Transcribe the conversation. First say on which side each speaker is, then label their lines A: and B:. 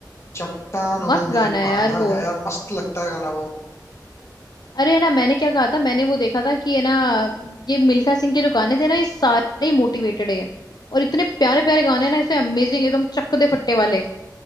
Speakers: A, on the left; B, on the left.
A: चट्टानों
B: मस्त
A: ने
B: गाना है
A: पाला
B: यार वो
A: है यार, मस्त लगता है गाना वो
B: अरे है ना मैंने क्या कहा था मैंने वो देखा था कि है ना ये मिल्खा सिंह के जो गाने थे ना ये सारे मोटिवेटेड है और इतने प्यारे प्यारे गाने हैं ना इसमें अमेजिंग एकदम चक दे फट्टे वाले